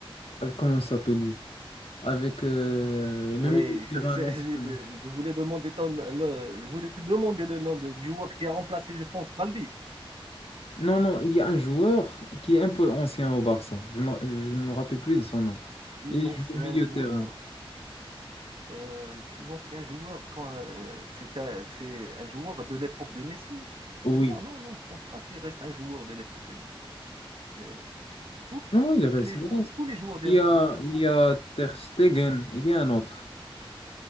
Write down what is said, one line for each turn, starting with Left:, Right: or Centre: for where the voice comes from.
Left: euh, comment il s'appelle lui? avec euh, le
Right: Oui,
Left: milieu de
Right: c'est-
Left: terrain
Right: c'est-
Left: l'ancien.
Right: je, euh, je voulais demander ton- le, je voulais te demander le nom de- du joueur qui a remplacé, je pense, Baldi.
Left: Non, non, il y a un joueur qui est un peu ancien au Barça. Je me je ne me rappelle plus de son nom.
Right: Plus
Left: Il
Right: ancien
Left: joue au milieu
Right: joueur,
Left: de terrain.
Right: Euh, le plus ancien joueur, quand euh, c'est un, c'est un joueur de l'époque de Messi, si tu
Left: Oui.
Right: veux dire. Non, non, je pense pas qu'il reste un joueur de l'époque de Messi. Mais tout-
Left: Non, non, il
Right: toutes
Left: reste,
Right: les
Left: il
Right: joueurs,
Left: reste.
Right: tous les joueurs de
Left: Il
Right: l'époque
Left: y a,
Right: de Messi.
Left: il y a Ter Stegen, il y a un autre.